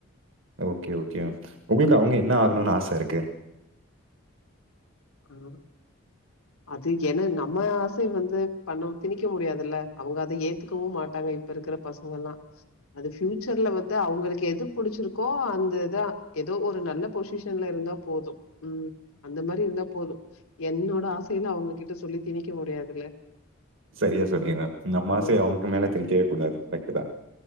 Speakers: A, on the right (about 65°); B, on the left (about 85°).
A: ஓகே ஓகே மேம் உங்ளுக்கு அவுங்க என்ன ஆகணுன்னு ஆச இருக்கு
B: ஹா அது என நம்ம ஆச வந்து பண்ண திணிக்க முடியாதுல்ல அவுங்க அத ஏத்துக்கவும் மாட்டாங்க இப்ப இருக்கிற பசங்க எல்லா அது பியூச்சர்ல வந்து அவுங்களுக்கு எது புடிச்சிருக்கோ அந்ததா ஏதோ ஒரு நல்ல பொசிஷன்ல இருந்தா போதும் உம் அந்த மாரி இருந்தாப் என்னோட ஆச அவுங்ககிட்ட சொல்லி திணிக்க முடியாதுல்ல
A: சரியா சொன்னீங்க மேம். நம்ம
B: அந்த
A: ஆசைய அவங்க மேல திணிக்கவே கூடாது. கரெக்ட்டு தான்.